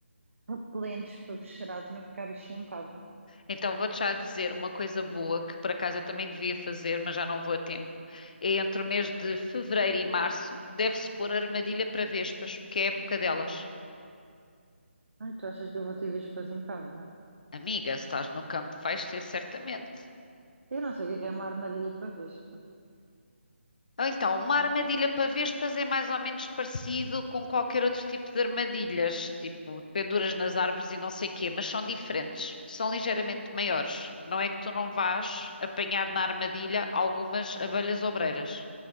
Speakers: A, on the right; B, on the left.
A: repelentes para bicharada, nunca cá há bichinho em casa.
B: Então vou-te já dizer uma coisa boa que por acaso eu também devia fazer, mas já não vou a tempo. É entre o mês de fevereiro e março, deve-se pôr armadilha para vespas, porque é a época delas.
A: Ai, tu achas que eu vou ter vespas em casa?
B: Amiga, se estás no campo, vais ter certamente.
A: Eu não sei o que é que é uma armadilha para vespa.
B: Ou então, uma armadilha para vespas é mais ou menos parecido com qualquer outro tipo de armadilhas, tipo penduras nas árvores e não sei quê, mas são diferentes, são ligeiramente maiores. Não é que tu não vás apanhar na armadilha algumas abelhas obreiras,